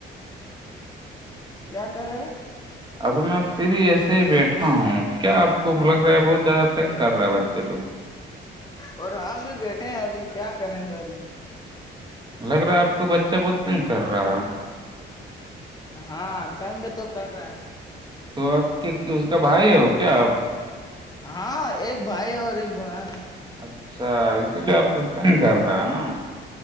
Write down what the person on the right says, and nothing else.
اب میں پھر ایسے ہی بیٹھا ہوں کیا آپ کو لگ رہا ہے بہت زیادہ تنگ کر رہا ہے بچے لوگ
لگ رہا ہے آپ کو بچہ بہتتےن کر رہا ہے
تو آپ کے اس کا بھائی ہو کیا آپ
اچھا اسی لیے آپ خود ت نہیں کر رہے ہے نا